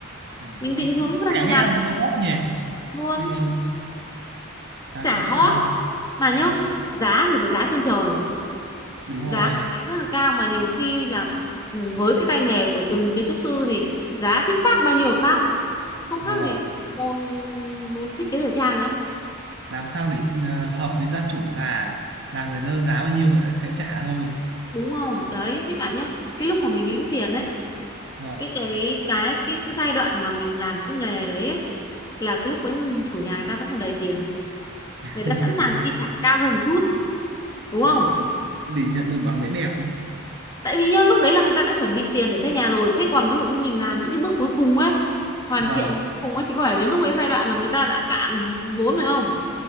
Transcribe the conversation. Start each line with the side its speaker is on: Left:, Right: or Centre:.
Right: Mà
Left: mình định hướng
Right: có
Left: ra
Right: vẻ
Left: mình làm
Right: nghe em hot nhỉ
Left: luôn
Right: anh em càng
Left: chả hot
Right: càng
Left: mà
Right: ừ,
Left: nhá giá thì là giá trên trời
Right: đúng
Left: giá
Right: rồi
Left: giá rất là cao mà nhiều khi là ừ, với cái tay nghề của từng kiến trúc sư thì giá thích phát bao nhiêu phát không khác
Right: vâng
Left: gì môn môn thiết kế thời trang ấy
Right: làm sao để ờ, hợp với gia chủ là là người ta giá bao nhiêu người ta sẽ trả thôi
Left: đúng không đấy với cả nhá cái lúc mà mình lĩnh tiền ấy
Right: vâng
Left: cái cái cái cái cái giai đoạn mà mình làm cái nghề đấy ấy là cái lúc ấy chủ nhà người ta vẫn còn đầy tiền người ta
Right: <laughs>
Left: sẵn sàng
Right: đúng rồi
Left: chi trả cao hơn một chút đúng không
Right: để để nhận được bản vẽ đẹp
Left: tại vì nhá lúc đấy là người ta đã chuẩn bị tiền để xây nhà rồi thế còn ví dụ như mình làm những cái bước cuối cùng ấy hoàn
Right: vâng
Left: thiện cuối cùng ấy thì có phải đến lúc đấy giai đoạn là người ta đã cạn vốn rồi không